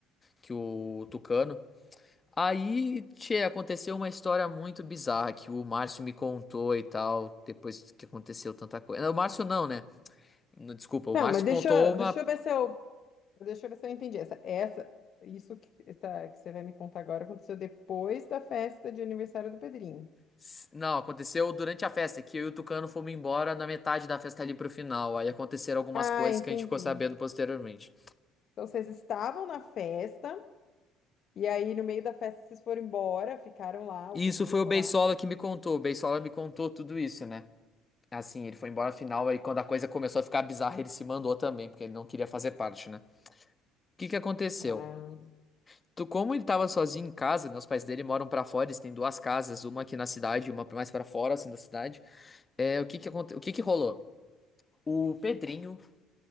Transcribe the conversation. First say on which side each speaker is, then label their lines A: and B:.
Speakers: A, on the left; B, on the left.
A: Que o Tucano. Aí, tchê, aconteceu uma história muito bizarra que o Márcio me contou e tal, depois que aconteceu tanta coisa. Não, O Márcio não, né? Não, Desculpa, o
B: Não,
A: Márcio
B: mas deixa,
A: contou
B: eu-
A: uma.
B: deixa eu ver se eu Deixa eu ver se eu entendi. Essa, essa, isso que, tá, que você vai me contar agora aconteceu depois da festa de aniversário do Pedrinho.
A: S- Não, aconteceu durante a festa, é que eu e o Tucano fomos embora na metade da festa ali pro final. Aí aconteceram algumas
B: Ah,
A: coisas
B: entendi.
A: que a gente ficou sabendo posteriormente.
B: Então vocês estavam na festa, e aí no meio da festa vocês foram embora, ficaram lá,
A: E
B: o Pedrinho
A: isso foi
B: ficou
A: o Beisola
B: lá.
A: que me contou. O Beisola me contou tudo isso, né? Assim, ele foi embora final, aí quando a coisa começou a ficar bizarra, ele se mandou também, porque ele não queria fazer parte, né? O que que aconteceu?
B: Ah.
A: Tu, como ele tava sozinho em casa, né? Os pais dele moram pra fora, eles têm duas casas, uma aqui na cidade e uma mais pra fora, assim, da cidade. É, o que que aconte... o que que rolou? O Pedrinho